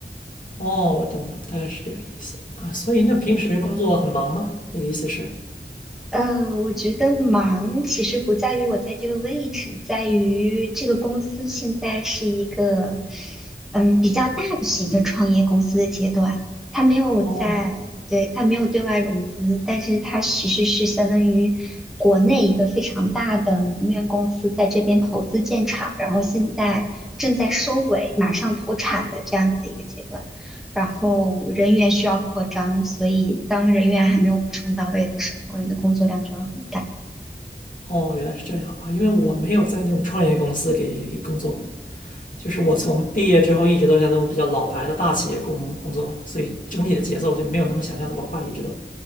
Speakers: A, on the left (about 45°); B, in the centre.
A: 哦，我懂了，大概是这个意思啊。所以那平时工作很忙吗？你的意思是？
B: 呃，我觉得忙其实不在于我在这个位置，在于这个公司现在是一个嗯比较大的型的创业公司的阶段，它没有在，
A: 哦
B: 对，它没有对外融资，但是它其实是相当于国内一个非常大的能源公司在这边投资建厂，然后现在正在收尾，马上投产的这样子的一个阶段。然后人员需要扩张，所以当人员还没有补充到位的时候，你的工作量就要很大。
A: 哦，原来是这样啊，因为我没有在那种创业公司给给工作过，就是我从毕业之后一直都在那种比较老牌的大企业工工作吧，所以整体的节奏就没有那么想象那么快，一直都。